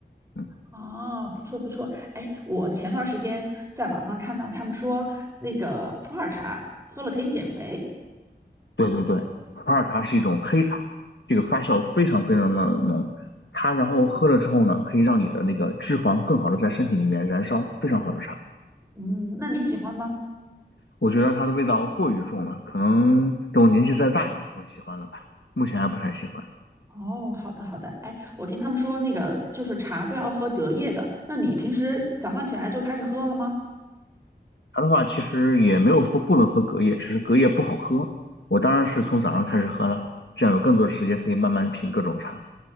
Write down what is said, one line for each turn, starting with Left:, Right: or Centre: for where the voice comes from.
Left: 嗯，
Right: 啊，不错不错，哎，我前段时间在网上看到他们说那个普洱茶喝了可以减肥，
Left: 对对对，普洱茶是一种黑茶，这个发酵非常非常的浓，它然后喝了之后呢，可以让你的那个脂肪更好的在身体里面燃烧，非常好的茶。
Right: 嗯，那你喜欢吗？
Left: 我觉得它的味道过于重了，可能等我年纪再大一点就会喜欢了吧，目前还不太喜欢。
Right: 哦，好的好的，哎，我听他们说那个就是茶不要喝隔夜的，那你平时早上起来就开始喝了吗？
Left: 茶的话，其实也没有说不能喝隔夜，只是隔夜不好喝。我当然是从早上开始喝了，这样有更多的时间可以慢慢品各种茶。